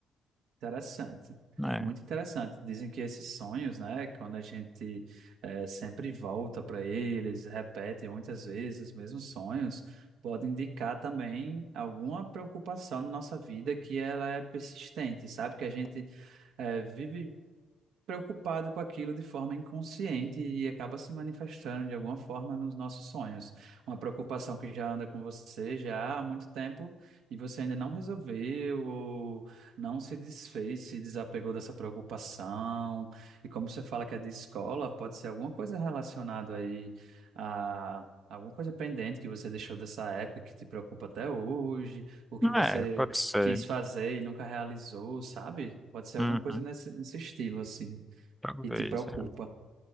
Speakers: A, on the right; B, in the centre.
A: interessante,
B: É,
A: muito interessante. Dizem que esses sonhos, né, quando a gente é, sempre volta para eles, repete muitas vezes os mesmos sonhos, pode indicar também alguma preocupação na nossa vida que ela é persistente, sabe? Que a gente é, vive preocupado com aquilo de forma inconsciente e acaba se manifestando de alguma forma nos nossos sonhos. Uma preocupação que já anda com você já há muito tempo e você ainda não resolveu ou não se desfez, se desapegou dessa preocupação. E como você fala que é de escola, pode ser alguma coisa relacionada aí a alguma coisa pendente que você deixou dessa época que te preocupa até hoje, ou que você
B: é, pode ser.
A: quis fazer e nunca realizou, sabe? Pode ser
B: Uhum,
A: alguma coisa nesse, nesse estilo, assim
B: talvez,
A: e te preocupa.
B: é.